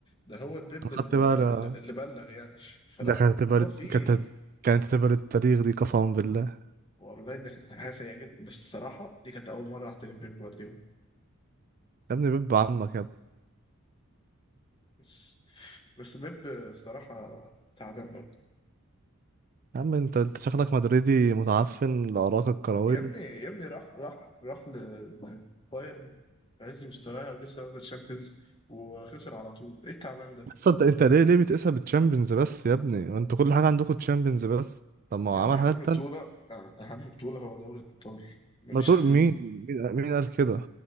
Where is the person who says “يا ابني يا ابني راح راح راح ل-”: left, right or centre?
Left